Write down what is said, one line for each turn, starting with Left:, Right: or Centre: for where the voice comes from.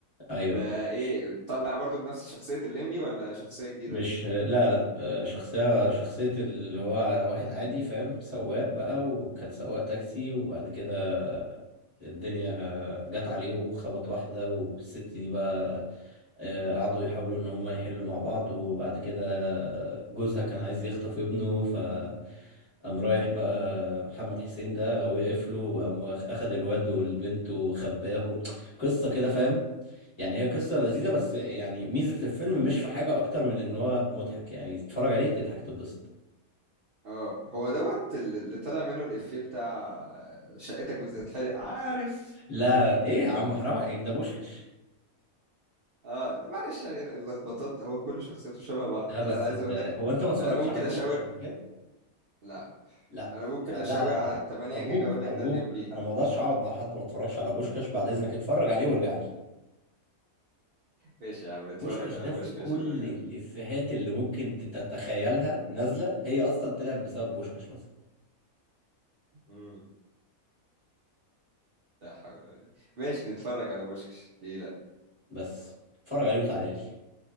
Left: ايوه
Right: ده ايه طلع برضو بنفس شخصية الليمبي ولا شخصية جديدة
Left: مش لا لا آه، شخصية شخصية اللي هو واحد عادي فاهم سواق بقى وكان سواق تاكسي وبعد كده الدنيا جت عليه وخبط واحدة والست دي بقى آه، قعدوا يحاولوا إن هما يحلوا مع بعض وبعد كده جوزها كان عايز يخطف ابنه ف قام رايح بقى محمد حسين ده وقف له وقام واخ- أخد الواد والبنت وخباهم قصة كده فاهم يعني هي قصة لذيذة بس يعني ميزة الفيلم مش في حاجة أكتر من إن هو مضحك يعني تتفرج عليه تضحك تتبسط
Right: اه هو دوت اللي اللي طلع منه الافيه بتاع شقتك بتتحرق عارف
Left: لا إيه يا عم حرام عليك ده بوشكش
Right: اه لا، معلش يعني اللخبطات هو كل شخصيته شبه بعض
Left: لا
Right: يعني
Left: بس
Right: انا عايز
Left: أنت
Right: اقول
Left: هو
Right: لك
Left: أنت ما اتفرجتش
Right: انا ممكن
Left: على بوشكش
Right: اشاور
Left: قبل كده؟
Right: لا
Left: لا
Right: انا ممكن
Left: آه،
Right: اشاور
Left: لا لا
Right: على
Left: لا
Right: 8
Left: أرجوك
Right: جيجا اقول لك
Left: أرجوك
Right: ده الليمبي
Left: أنا ما أقدرش أقعد مع حد ما اتفرجش على بوشكش بعد إذنك اتفرج عليه وارجع لي
Right: ماشي يا عم نتفرج
Left: بوشكش
Right: على
Left: ده
Right: بوشكاش
Left: فيه كل
Right: ونرجع
Left: الإفيهات اللي ممكن تتخيلها نازلة هي أصلا طلعت بسبب بوشكش مثلا
Right: امم لا حول ولا قوة. ماشي نتفرج على بوشكش ليه لا
Left: بس اتفرج عليه وتعالى لي